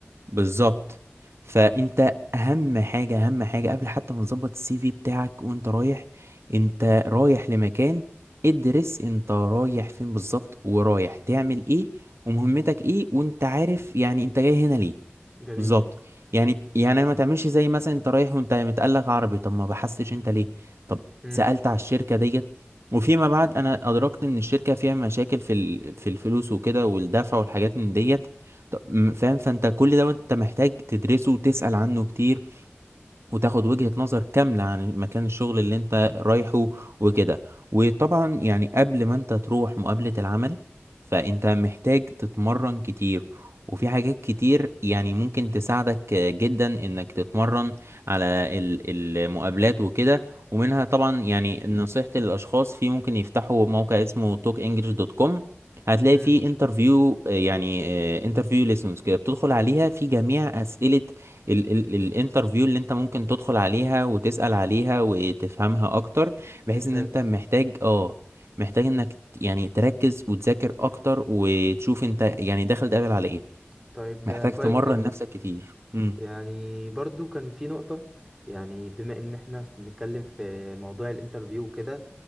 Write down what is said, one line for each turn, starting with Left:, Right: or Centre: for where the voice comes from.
Right: بالظبط فانت اهم حاجه اهم حاجه قبل حتى ما تظبط السي في بتاعك وانت رايح انت رايح لمكان ادرس انت رايح فين بالظبط ورايح تعمل ايه ومهمتك ايه وانت عارف يعني انت جاي هنا ليه
Centre: جميل
Right: بالظبط يعني يعني ما تعملش زي مثلا انت رايح وانت متقلق عربي طب ما بحثتش انت ليه طب
Centre: امم
Right: سألت على الشركة ديت وفيما بعد انا ادركت ان الشركة فيها مشاكل في ال... في الفلوس وكده والدفع والحاجات من ديت طب م- فاهم فانت كل ده انت محتاج تدرسه وتسأل عنه كتير وتاخد وجهة نظر كاملة عن مكان الشغل اللي انت رايحه وكده وطبعا يعني قبل ما انت تروح مقابلة العمل فانت محتاج تتمرن كتير وفي حاجات كتير يعني ممكن تساعدك جدا انك تتمرن على ال- المقابلات وكده ومنها طبعا يعني نصيحتي للاشخاص في ممكن يفتحوا موقع اسمه talkenglish.com هتلاقي
Centre: امم
Right: فيه انترفيو يعني انترفيو ليسنس كده بتدخل عليها في جميع اسئلة ال ال الانترفيو اللي انت ممكن تدخل عليها وتسأل عليها وتفهمها اكتر
Centre: ممتاز
Right: بحيث ان انت محتاج اه محتاج انك ت- يعني تركز وتذاكر اكتر وتشوف انت يعني داخل تقابل على ايه
Centre: طيب ده
Right: محتاج
Centre: كويس
Right: تمرن
Centre: جدا
Right: نفسك كتير امم
Centre: يعني برضو كان في نقطة يعني بما ان احنا بنتكلم في موضوع الانترفيو كده